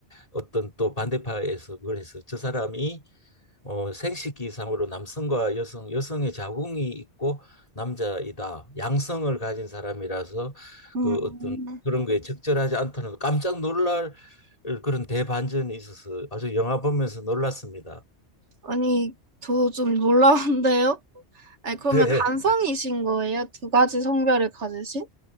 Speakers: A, on the left; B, on the right.
A: 어떤 또 반대파에서 그걸 해서 저 사람이 어, 생식기상으로 남성과 여성, 여성의 자궁이 있고 남자이다. 양성을 가진 사람이라서
B: 음,
A: 그 어떤 그런 거에 적절하지 않다는 깜짝 놀랄 그런 대반전이 있어서 아주 영화 보면서 놀랐습니다.
B: 아니, 저 좀 놀라운데요? 아니, 그러면
A: 네,
B: 간성이신
A: <laughs>
B: 거예요? 두 가지 성별을 가지신?